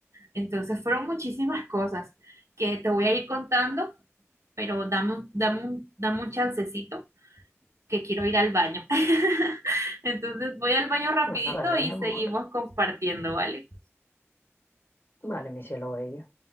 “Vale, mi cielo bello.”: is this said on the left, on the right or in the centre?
Left